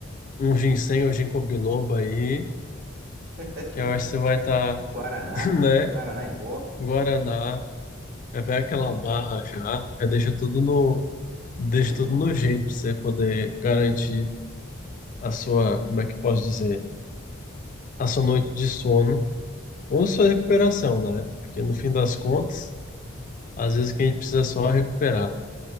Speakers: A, on the left; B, on the right.
A: um ginseng ou ginkgo biloba aí,
B: <laughs>
A: que eu acho que você vai estar
B: Guaraná,
A: <laughs> né?
B: Guaraná em pó.
A: Guaraná, é bem aquela barra já, já deixa tudo no, deixa tudo no jeito para você poder
B: Sim.
A: garantir a sua, como é que posso dizer, a sua noite de sono ou sua recuperação, né? Porque no fim das contas, às vezes o que a gente precisa é só recuperar.